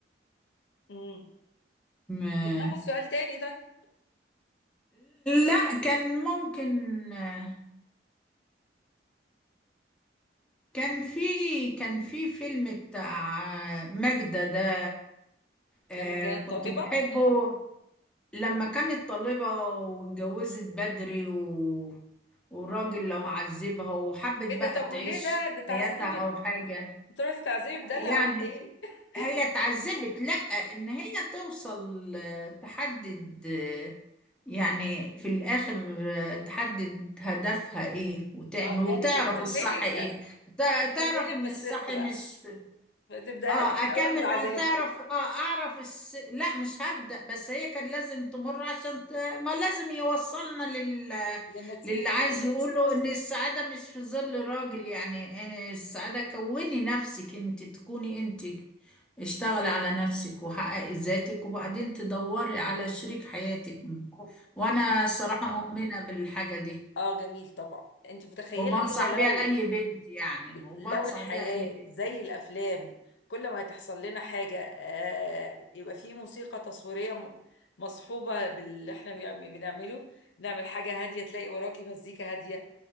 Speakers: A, on the left; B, in the centre.
A: امم
B: إيه؟
A: طب ناخد سؤال تاني طيب
B: لا كان ممكن آه، كان في كان في فيلم بتاع آه، ماجدة ده آه،
A: لما كانت
B: كنت
A: طالبة
B: بحبه لما كانت طالبة واتجوزت بدري و... وراجل لو عذبها وحبت
A: ايه
B: بقى
A: ده طب
B: تعيش
A: وليه ده ده اتعذبت
B: حياتها أو حاجة
A: تروحي تتعذبي بدالها
B: يعني
A: ولا ايه <laughs>
B: هي اتعذبت لا ان هي توصل آه، تحدد آه، يعني في الاخر آه، تحدد هدفها ايه وتعمل
A: اه
B: وتعرف
A: يعني انت هتكملي
B: الصح ايه
A: هت-
B: تع-
A: هتكملي
B: تعرف ان
A: قصتها
B: الصح مش
A: بقى ما تبداهاش
B: اه
A: من
B: اكمل
A: اول العذاب
B: هتعرف
A: <laughs>
B: اه اعرف الس... لا مش هبدأ بس هي كان لازم تمر عشان ت... ما لازم يوصلنا لل...
A: للنتيجة
B: للي عايز يقوله ان السعادة مش في ظل راجل يعني آه، السعادة كوني نفسك انت تكوني انت اشتغلي على نفسك وحققي ذاتك وبعدين تدوري على شريك حياتك
A: صح
B: وانا صراحة مؤمنة بالحاجة دي
A: اه جميل طبعا انت متخيله
B: وبنصح
A: كده
B: بيها
A: لو
B: اي بنت يعني وبنصح
A: لو الحياه
B: بيها اي بنت
A: زي الافلام كل ما تحصل لنا حاجه آه يبقى في موسيقى تصويريه م- مصحوبه باللي احنا بيعم- بنعمله نعمل حاجه هاديه تلاقي وراكي مزيكا هاديه